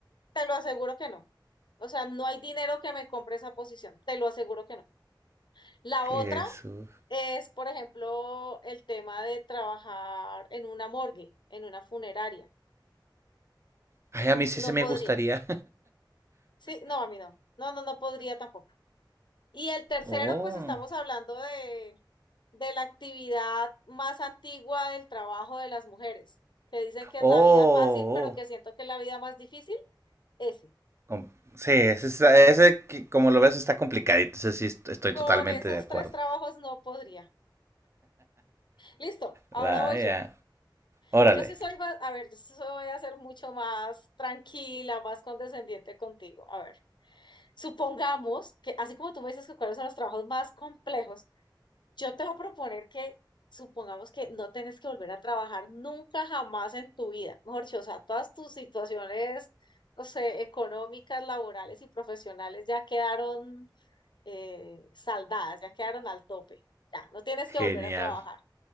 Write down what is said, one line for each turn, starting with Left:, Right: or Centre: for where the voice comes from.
Left: Te lo aseguro que no. O sea, no hay dinero que me compre esa posición, te lo aseguro que no. La
Right: Jesús.
Left: otra es, por ejemplo, el tema de trabajar en una morgue, en una funeraria.
Right: Ay, a mí sí
Left: No
Right: se me
Left: podría.
Right: gustaría.
Left: Sí, no, a mí no. No, no, no podría tampoco. Y el tercero,
Right: <laughs>
Left: pues estamos hablando de, de la actividad más antigua del trabajo de las mujeres, que dicen que es
Right: Oh,
Left: la vida fácil, pero que
Right: oh.
Left: siento que es la vida más difícil, ese.
Right: Com- Sí, ese, está- ese que- como lo ves está complicadito, ese sí est- estoy
Left: Con
Right: totalmente
Left: esos
Right: de acuerdo.
Left: tres trabajos no podría. Listo, ahora
Right: Vaya,
Left: voy yo.
Right: órale,
Left: Yo sí soy más, a ver, yo sí soy- voy a ser mucho más tranquila, más condescendiente contigo. A ver, supongamos que, así como tú me dices que cuáles son los trabajos más complejos, yo te voy a proponer que supongamos que no tienes que volver a trabajar nunca jamás en tu vida. Mejor dicho, o sea, todas tus situaciones, no sé, económicas, laborales y profesionales ya quedaron eh, saldadas, ya quedaron al tope. Ya, no tienes que
Right: genial.
Left: volver a trabajar.